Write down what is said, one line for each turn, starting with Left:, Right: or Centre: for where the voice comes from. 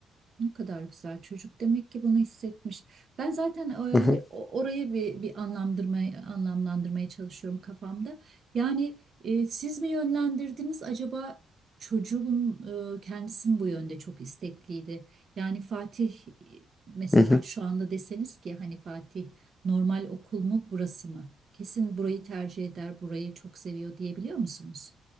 Right: Ne kadar güzel çocuk demek ki bunu hissetmiş. Ben zaten e,
Left: Hı hı.
Right: o- orayı bir bir anlamlandırmaya anlamlandırmaya çalışıyorum kafamda. Yani e, siz mi yönlendirdiniz acaba çocuğun e, kendisi mi bu yönde çok istekliydi? Yani Fatih e, mesela
Left: Hı hı.
Right: şu anda deseniz ki hani Fatih normal okul mu burası mı? Kesin burayı tercih eder, burayı çok seviyor diyebiliyor musunuz?